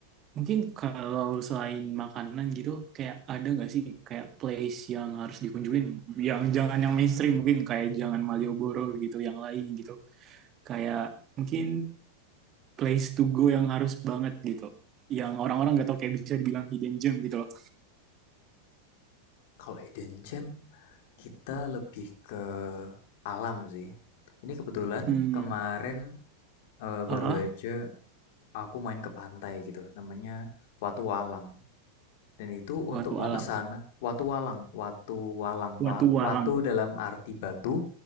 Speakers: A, on the right; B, on the left.
A: mungkin kalau selain makanan gitu kayak ada nggak sih kayak place yang harus dikunjungin yang jangan yang mainstream mungkin kayak jangan Malioboro gitu yang lain gitu kayak mungkin place to go yang harus banget gitu yang orang-orang nggak tahu kayak bisa dibilang hidden gem gitu loh
B: Kalau hidden gem kita lebih ke alam sih. Ini kebetulan
A: hmm
B: kemarin eh,
A: ah
B: baru aja aku main ke pantai gitu. Namanya Watu Walang. Dan itu
A: watu
B: untuk mau
A: alam
B: ke sana, Watu Walang, Watu Walang,
A: watu
B: wa- Watu
A: alam
B: dalam arti batu,